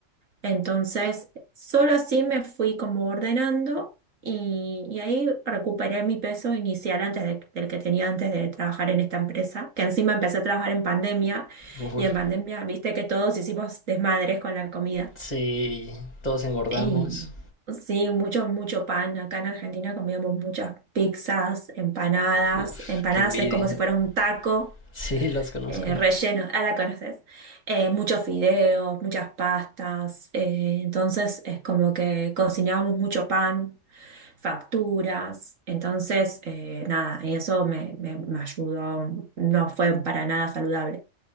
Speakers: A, on the right (about 80°); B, on the left (about 30°).
A: Entonces, solo así me fui como ordenando y, y ahí recuperé mi peso inicial antes de- del que tenía antes de trabajar en esta empresa, que encima empecé a trabajar en pandemia
B: Uf,
A: y en pandemia viste que todos hicimos desmadres con la comida.
B: sí, todos engordamos.
A: Y sí, mucho, mucho pan. Acá en Argentina comíamos muchas pizzas, empanadas.
B: Uf,
A: Empanadas
B: qué envidia.
A: es como si fuera un taco
B: <laughs> Sí, los conozco.
A: eh, relleno, ah, la conoces, eh, muchos fideos, muchas pastas, eh, entonces es como que cocinábamos mucho pan, facturas, entonces eh, nada, y eso me, me, me ayudó, no fue para nada saludable.